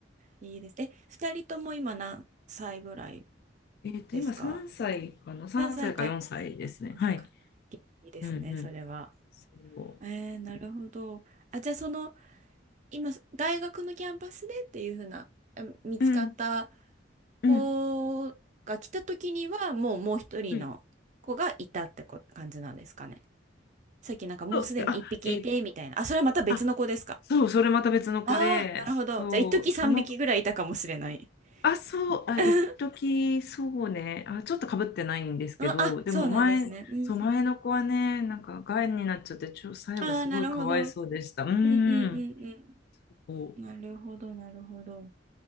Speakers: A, on the right (about 40°); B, on the left (about 55°).
A: いいです。え、二人とも今何歳ぐらい
B: えっと、
A: ですか
B: 今3歳かな ?3
A: 何歳か。
B: 歳か4歳ですね。
A: そっかそっか。
B: はい。
A: 元気ですね、
B: うんうん。
A: それは。
B: そ
A: えー、なるほど。あ、じゃあその今、大学のキャンパスでっていうふうな、あ見つかった
B: う。うん
A: 子が来た時には、
B: うん。
A: もうもう一人の子がいたってこ感じなんですかね。
B: うん
A: さっきなんかもうすでに一匹いて、
B: そうあ、え
A: みたいな。あ、それはまた別の子ですか。
B: あ、そう、それまた別の子で、
A: ああ、なるほど。
B: そう、
A: じゃあ、一時三匹ぐらいいたかもしれない。
B: その、あ、そう、あ、
A: <laughs>
B: 一時そうね、あ、ちょっとかぶってないんですけど、
A: あ、あそうなんですね。
B: でも前、
A: うん。
B: そう、前の子はね、なんか、がんになっちゃって、ちょ、最後すごいかわいそうでした。
A: ああ、なるほど。うん
B: うーん。
A: うんうん
B: こ
A: うん。なるほど、なるほど。